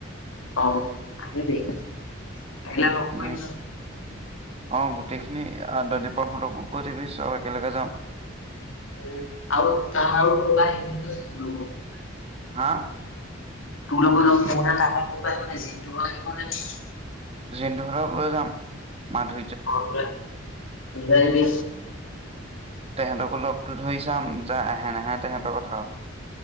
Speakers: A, on the left; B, on the right.
A: অ', আহিবি আহিলে
B: উম
A: লগ
B: উম
A: কৰিম ন'?
B: অ', গোটেইখিনি দ দীপক হঁতকো কৈ থবি চব একেলগে যাম।
A: উম, আৰু তাৰ আৰু কোনোবা আহিম বুলি কৈছে লগৰ কোনোবা।
B: হা?
A: তোৰ লগৰ <unintelligible>
B: জিণ্টু হঁতক লৈ যাম মাধু
A: অ' সিহঁত দুটাক লৈ আহিবি
B: তেহেঁতকো লগতো ধৰি চাম য আহে নাহে তেহেঁতৰ কথা আৰু।